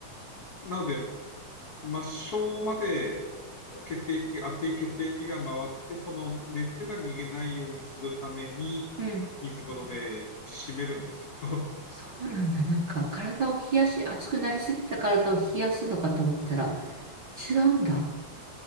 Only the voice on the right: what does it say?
うん。
そうなんだ。なんか体を冷やし、熱くなりすぎた体を冷やすのかと思ったら、違うんだ。